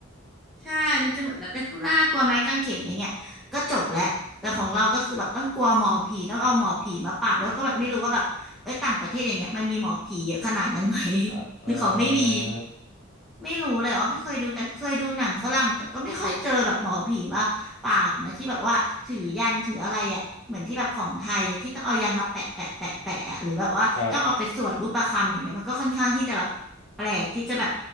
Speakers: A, in the centre; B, on the left (about 65°).
A: ใช่ มันจะเหมือนแบบแดคูล่ากลัวไม้กางเขนอย่างเงี้ยก็จบแล้ว แต่ของเราก็คือแบบต้องกลัวหมอผี ต้องเอาหมอผีมาปราบแล้วก็แบบไม่รู้ว่าแบบเอ้ยต่างประเทศอย่างเงี้ยมันมีหมอผีเยอะขนาดนั้นไหม
B: ครับเออ
A: <laughs> หรือเขาไม่มี ไม่รู้เลยอ๋อไม่เคยดูแต่เคยดูหนังฝรั่งแต่ก็ไม่ค่อยเจอแบบหมอผีมาปราบนะที่แบบว่าถือยันถืออะไรอ่ะเหมือนที่แบบของไทยอะที่ต้องเอายันมาแปะแปะแปะแปะอะหรือแบบว่าต้องเอาไปสวดรูปประคำอย่างเงี้ยมันก็ค่อนข้างที่จะแบบแปลกที่จะแบบ
B: ครับ